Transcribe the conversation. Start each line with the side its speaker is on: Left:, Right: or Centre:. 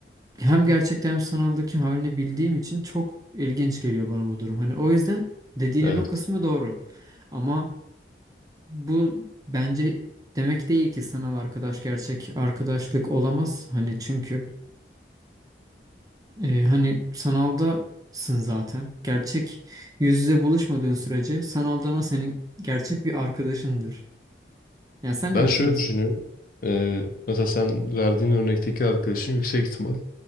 Right: hem gerçekte hem sanaldaki halini bildiğim için çok ilginç geliyor bana bu durum. Hani o yüzden dediğinin
Left: Evet.
Right: o kısmı doğru. Ama Bu bence demek değil ki sanal arkadaş gerçek arkadaşlık olamaz. Hani çünkü e, hani sanaldasın zaten. Gerçek yüz yüze buluşmadığın sürece sanaldan o senin gerçek bir arkadaşındır. Yani sen ne
Left: Ben
Right: düşünüyorsun?
Left: şöyle düşünüyorum. Ee, mesela sen verdiğin örnekteki arkadaşın yüksek ihtimal